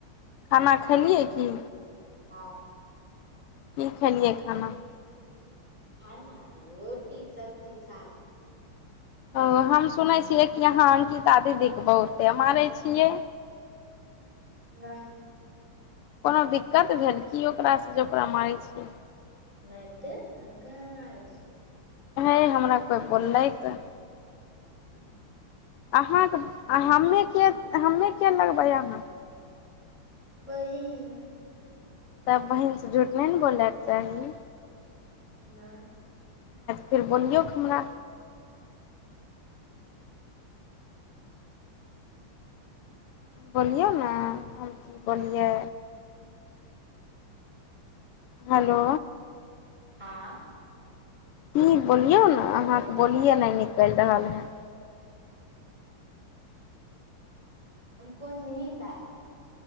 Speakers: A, on the left; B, on the right.
A: खाना खेलियै की
B: हँ
A: की खेलियै खाना
B: खाना रोटी सब्जी साग
A: ओ हम सुनै छियै कि अहाँ अंकिता दीदीके बहुते मारै छियै
B: नहि
A: कोनो दिक्कत भेल की ओकरासँ जे ओकरा मारै छियै
B: नहि ते हम कहाँ आ छै
A: ह हमरा कोइ बोललै तऽ
B: ह
A: अहाँके हमे के हमे के लगबै अहाँ
B: बहि ने
A: तब बहीनसँ झूठ नहि ने बोलयके चाही
B: नहि
A: फेर बोललियौक हमरा बोलिौ ने की बोलियै हेलो
B: आँ
A: की बोलियौ ने अहाँके बोलियै ने न चलि रहल है
B: कोन नीन्द